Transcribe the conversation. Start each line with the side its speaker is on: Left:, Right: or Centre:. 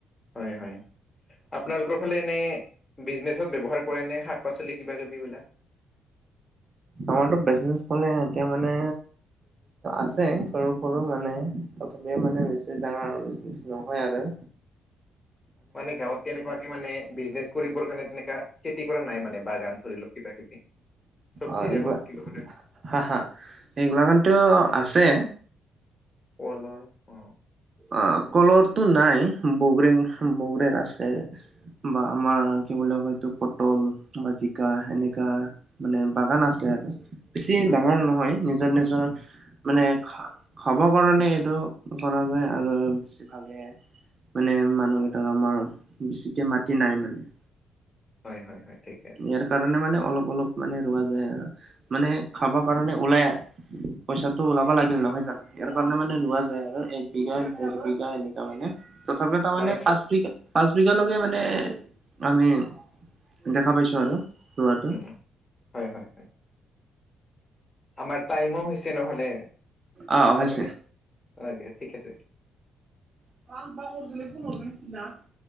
Left: হয় হয় আপোনাৰ- লোকৰ ফালে এনে বিজনেছত ব্যৱহাৰ কৰে নে শাক পাচলি কিবা কিবি বিলাক-
Right: আমাৰতো বিজনেছ মানে এতিয়া মানে- আছে সৰু সৰু মানে প্ৰথমে মানে বেছি ডাঙৰ নহয় আৰু।
Left: মানে গাঁৱত কেনেকুৱা- মানে বিজনেছ কৰিবৰ কাৰণে তেনেকা খেতি কৰা নাই মানে বাগান ধৰি লওক কিবা কিবি। চব্জিৰে
Right: অ এইগিলা
Left: হওক কিবাৰে
Right: হা হা এইগিলামানতেও আছে।
Left: কলৰ অ
Right: অ কলৰটো নাই বগৰিৰ বগৰিৰ আছে। বা আমাৰ কি বুলি কয় এইটো পটল বা জিকা এনেকা- মানে বাগান আছে আৰু বেছি
Left: আচ্ছা,
Right: ডাঙৰ নহয় নিজৰ নিজৰ- জৰ মানে খাব কাৰণে এইটো কৰা যায়। আৰু বেছিভাগে মানে মানুহ কেইটাৰ আমাৰ বেছিকে মাটি নাই মানে।
Left: হয় হয় হয় ঠিকে আছে।
Right: ইয়াৰ কাৰণে মানে অলপ অলপ মানে ৰোৱা যায় আৰু মানে খাব কাৰণে ওলাই। পইচাটো ওলাব লাগিল নহয় জানো ইয়াৰ কাৰণে মানে লোৱা যায় আৰু এক বিঘা দেৰ বিঘা এনে। তাৰ মানে তথাপি তাৰমানে
Left: মানে চ
Right: পাঁচ বিঘা পাঁচ বিঘালৈকে মানে আমি- দেখা পাইছোঁ আৰু ৰোৱাটো।
Left: উম, হয় হয় হয়। আমাৰ টাইমো হৈছে নহলে
Right: অ হৈছে
Left: আপুনি- হয় একে ঠিক আছে।
Right: <unintelligible>